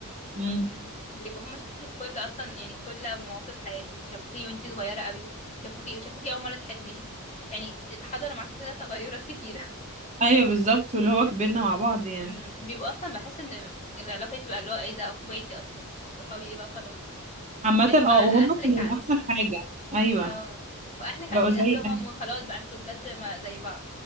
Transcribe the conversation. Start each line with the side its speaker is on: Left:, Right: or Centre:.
Right: امم
Left: امم بيبقوا هما شافوكي في كل اصلا يعني في كل مواقف حياتك شافوكي وانتي صغيره قوي شافوكي شافوكي اول مره تحبي شافوك يعني حضروا معاكي كده تغيرات كتيره
Right: ايوه بالظبط واللي هو كبرنا مع بعض
Left: <laughs>
Right: يعني
Left: امم بيبقوا اصلا بحس ان العلاقه دي بتبقى اللي هو ايه ده اخواتي اصلا مش صحابي ايه بقى خلاص
Right: عامة
Left: تلاقيهم بقى
Right: اه وهم
Left: اهلك
Right: كانوا احسن حاجة ايوه
Left: اه واهلك
Right: بقوا
Left: عارفين
Right: زي
Left: اهلهم
Right: اهل
Left: وخلاص بقى انتوا بجد ما زي بعض